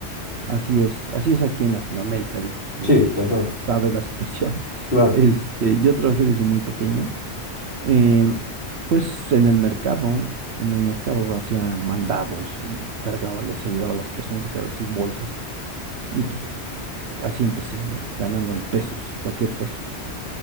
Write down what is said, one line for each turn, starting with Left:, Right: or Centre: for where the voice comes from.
Right: así es, así es aquí en Latinoamérica, digo, yo
Left: Sí,
Right: creo que
Left: total,
Right: sabes la situación. <laughs>
Left: claro.
Right: Este, yo trabajé desde muy pequeño, eh, pues en el mercado, en el mercado hacía mandados y cargaba, les ayudaba a las personas a cargar sus bolsas y pues así empecé, ¿no? Ganando ahí pesos, cualquier peso.